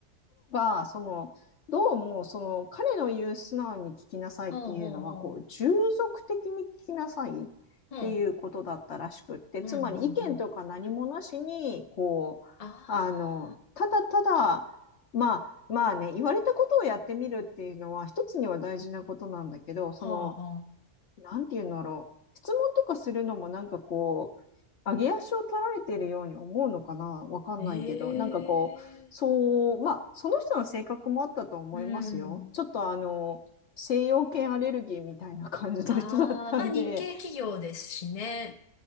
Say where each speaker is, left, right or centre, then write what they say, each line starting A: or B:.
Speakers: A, on the left (about 55°); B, on the left (about 35°).
A: が、その、どうも、その、彼の言う素直に聞きなさいっていうのは、
B: ほうほうほ
A: こう、従属的に聞きなさいっ
B: う。ほうん。
A: ていうことだったらしくって、
B: うん、
A: つまり意見とか何もなしに、
B: うん、うん。
A: こう、
B: あ
A: あの、ただただ、まあ、まあね、言われたことをやってみるっていうのは、一つには大事なことなんだけど、その、
B: あ。はあ、はあ。
A: なんていうんだろう。質問とかするのもなんかこう、上げ足を取られてるように思うのかなわかんないけど、
B: ええ。
A: なんかこう、そう、まあ、その人の性格もあったと思いますよ。
B: うん。
A: ちょっとあの、西洋犬アレルギーみたいな感じの人だったんで、
B: ああ、まあ日系企業ですしね。